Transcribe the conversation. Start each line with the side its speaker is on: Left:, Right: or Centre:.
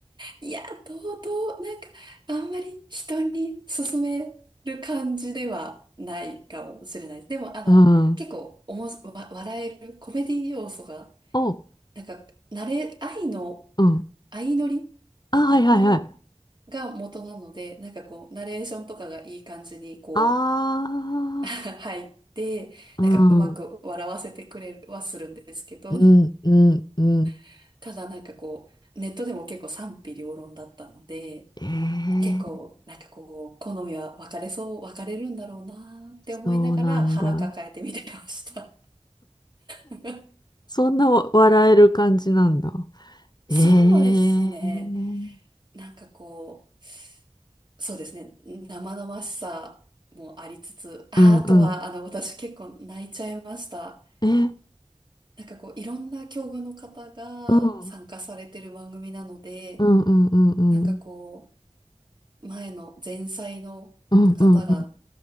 Right: いや、とうとう、なんか、あんまり人に勧める感じではないかもしれないです。でも、あの、
Left: うん。
Right: 結構おもし、わ、笑えるコメディ要素が、
Left: お、
Right: なんか、慣れ、愛の、
Left: うん。
Right: 相乗り
Left: あ、はいはいはい。
Right: の、が元なので、なんかこう、ナレーションとかがいい感じにこ
Left: あ
Right: う、<laughs> 入って、
Left: ー、
Right: なんかうまく笑わせてくれはするんですけど、
Left: うん。うん、うん、うん。
Right: <laughs> ただなんかこう、ネットでも結構賛否両論だったので、
Left: えー、
Right: 結構なんかこう、好みは分かれそう、分かれるんだろうなーって思いながら腹抱えて見てました。
Left: そうなんだ。
Right: <laughs>
Left: そんな笑える感じなんだ。ええ
Right: そうですね。なんかこう、そうですね。生々しさもありつつ、あ、
Left: うんうん。
Right: あとは、あの、私結構泣いちゃいました。
Left: え、
Right: なんかこう、いろんな境遇の方が参加されてる番組なので、
Left: うん。うんうんうんうん。
Right: なんかこう、前の前妻の方が、
Left: うんうんうん。